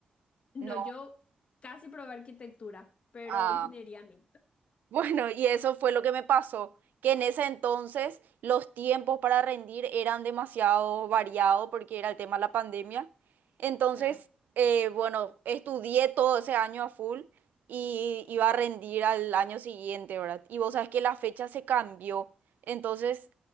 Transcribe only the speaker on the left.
No,
yo casi probé arquitectura, pero
ingeniería no,
claro.